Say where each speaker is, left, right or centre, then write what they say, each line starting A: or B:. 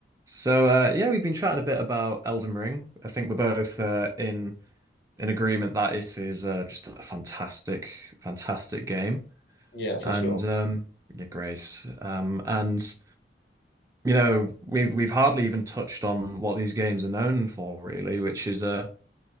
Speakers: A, on the right; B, on the left.
A: So uh, yeah, we've been chatting a bit about Elden Ring. I think we're both uh, in in agreement that it is uh, just a fantastic, fantastic game.
B: Yeah, for
A: And
B: sure.
A: um,
B: <laughs>
A: yeah, Grace. Um, and you know, we've we've hardly even touched on what these games are known for, really, which is uh,